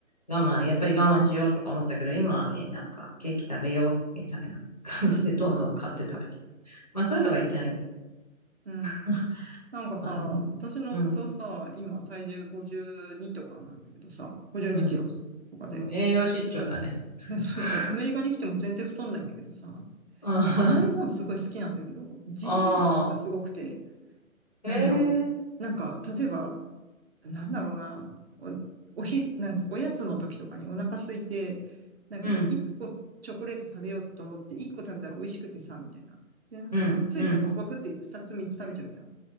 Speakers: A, on the left; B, on the right.
A: 我慢、やっぱり我慢しようとか思ってたけど、今はね、なんかケーキ食べようみたいな <laughs> 感じでどんどん買って食べて。
B: うん。
A: まあそういうのがいけないんだよ。
B: うん。
A: <laughs>
B: なんかさ、
A: まあね。
B: 私の夫はさ、
A: うん。
B: 今体重52とかなんだけどさ、52キロとかで。
A: うん。うん栄養失調だね。
B: でそうそう。
A: <laughs>
B: アメリカに来ても全然太んないんだけどさ、
A: あ
B: なんか甘いもんすごい好きなんだけど、自制心がすごくて、
A: あ、ええ
B: なんだろう。なんか、例えばなんだろうな、お、おひ、なんて、おやつの時とかにお腹空いて、なんか一個チョコレート食べようと思って一個食べたら美味しくてさ、
A: うん、
B: みたいな。で、なんかさ、
A: うん、
B: ついさ、
A: うん、
B: バクバクって二つ三つ食べちゃうじゃん。